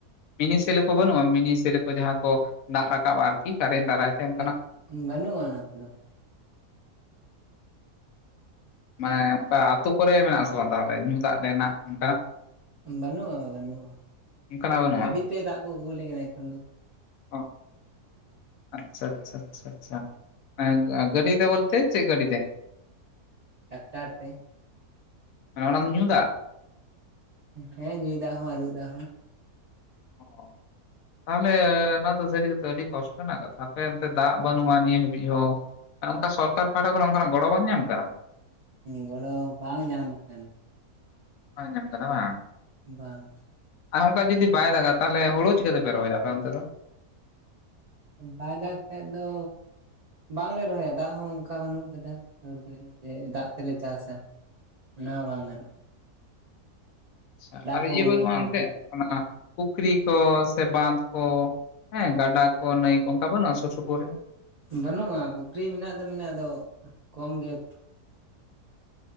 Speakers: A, on the left; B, on the right.
A: ᱢᱤᱱᱤ ᱥᱮᱞᱳ ᱠᱚ ᱵᱟᱹᱱᱩᱜᱼᱟ ᱢᱤᱱᱤ ᱥᱮᱞᱳ ᱠᱚ ᱡᱟᱦᱟᱸ ᱠᱚ ᱫᱟᱜ ᱨᱟᱠᱟᱵᱼᱟ ᱟᱨᱠᱤ ᱠᱟᱨᱮᱱᱴ ᱫᱟᱨᱟᱭ ᱛᱮ ᱚᱱᱠᱟᱱᱟᱜ
B: ᱫᱟᱜ ᱵᱟᱹᱱᱩᱜᱼᱟ ᱚᱱᱟ ᱠᱚᱫᱚ᱾
A: ᱢᱟᱱᱮ ᱚᱱᱠᱟ ᱟᱹᱛᱩ ᱠᱚᱨᱮ ᱢᱮᱱᱟᱜ ᱟᱥᱮ ᱵᱟᱝ ᱛᱟᱦᱚᱞᱮ ᱧᱩ ᱫᱟᱜ ᱨᱮᱱᱟᱜ ᱚᱝ ᱠᱟᱱᱟᱜ?
B: ᱵᱟᱹᱱᱩᱜᱼᱟ ᱵᱟᱹᱱᱩᱜᱼᱟ
A: ᱚᱱᱠᱟᱱᱟᱜ ᱵᱟᱹᱱᱩᱜᱼᱟ?
B: ᱜᱟᱹᱰᱤ ᱛᱮ ᱫᱟᱜ ᱠᱚ ᱟᱹᱜᱩᱣᱟ-ᱞᱮ ᱠᱟᱱᱟ ᱮᱠᱷᱚᱱ ᱫᱚ᱾
A: ᱚ ᱟᱪᱪᱷᱟ ᱟᱪᱪᱷᱟ ᱟᱪᱪᱷᱟ ᱟᱪᱪᱷᱟ ᱮᱸ ᱜᱟᱹᱰᱤ ᱛᱮ ᱵᱚᱞᱛᱮ ᱪᱮᱫ ᱜᱟᱹᱰᱤᱛᱮ?
B: ᱴᱟᱠᱴᱟᱨ ᱛᱮ᱾
A: ᱦᱚᱸ ᱚᱱᱟ ᱫᱚ ᱧᱩ ᱫᱟᱜ?
B: ᱦᱮᱸ ᱧᱩᱭ ᱫᱟᱜ ᱦᱚᱸ ᱟᱨᱩᱵ ᱫᱟᱜ ᱦᱚᱸ᱾
A: ᱚ᱾ ᱛᱟᱦᱚᱞᱮ ᱚᱱᱟ ᱫᱚ ᱥᱟᱹᱨᱤ ᱠᱟᱛᱮ ᱟᱹᱰᱤ ᱠᱚᱥᱴᱚ ᱨᱮᱱᱟᱜ ᱠᱟᱛᱷᱟ ᱟᱯᱮ ᱮᱱᱛᱮ ᱫᱟᱜ ᱵᱟᱹᱱᱩᱜᱼᱟ ᱱᱤᱭᱟᱹ ᱦᱟᱹᱵᱤᱡ ᱦᱚᱸ, ᱟᱨ ᱚᱱᱠᱟ ᱥᱚᱨᱠᱟᱨ ᱯᱟᱦᱴᱟ ᱠᱷᱚᱱᱟᱜ ᱚᱱᱠᱟᱱᱟᱜ ᱜᱚᱲᱚ ᱵᱟᱝ ᱧᱟᱢ ᱠᱟᱱᱟ,
B: ᱜᱚᱲᱚ ᱵᱟᱝ ᱧᱟᱢ ᱟᱠᱟᱱᱟ᱾
A: ᱵᱟᱝ ᱧᱟᱢ ᱠᱟᱱᱟ ᱵᱟᱝ
B: ᱵᱟᱝ᱾
A: ᱟᱨ ᱚᱱᱠᱟ ᱡᱩᱫᱤ ᱵᱟᱭ ᱫᱟᱜᱟ ᱛᱟᱞᱦᱮ ᱦᱳᱲᱳ ᱪᱤᱠᱟᱹᱛᱮᱯᱮ ᱨᱚᱦᱚᱭ ᱟᱯᱮ ᱚᱱᱛᱮ ᱫᱚ?
B: ᱵᱟᱭ ᱫᱟᱜᱽ ᱠᱷᱟᱡ ᱫᱚ ᱵᱟᱝᱞᱮ ᱨᱚᱦᱚᱭᱟ, ᱫᱟᱜ ᱦᱚᱸ ᱚᱝᱠᱟ ᱵᱟᱹᱱᱩᱜ ᱥᱳᱨ ᱠᱚᱨᱮᱡ ᱡᱮ ᱫᱟᱜ ᱛᱮᱞᱮ ᱪᱟᱥᱟ᱾ ᱚᱱᱟ ᱦᱚᱸ ᱵᱟᱝ ᱜᱟᱱᱚᱜ᱾
A: ᱟᱪᱪᱷᱟ ᱟᱫᱚ
B: ᱠᱚᱦᱚᱸ
A: ᱤᱭᱟᱹ ᱵᱟᱹᱱᱩᱜᱼᱟ
B: ᱥᱩᱨ
A: ᱮᱱᱛᱮ
B: ᱨᱮ
A: ᱚᱱᱟ ᱯᱩᱠᱷᱨᱤ ᱠᱚ ᱥᱮ ᱵᱟᱸᱫᱷ ᱠᱚ᱾ ᱦᱮᱸ ᱜᱟᱰᱟ ᱠᱚ ᱱᱟᱭ ᱠᱚ ᱚᱱᱠᱟ ᱵᱟᱹᱱᱩᱜᱼᱟ ᱥᱩᱨ ᱥᱩᱯᱩᱨ ᱨᱮ?
B: ᱵᱟᱹᱱᱩᱜᱼᱟ᱾ ᱯᱩᱠᱷᱨᱤ ᱢᱮᱱᱟᱜ ᱫᱚ ᱢᱮᱱᱟᱜ ᱫᱚ ᱠᱚᱢ ᱜᱮ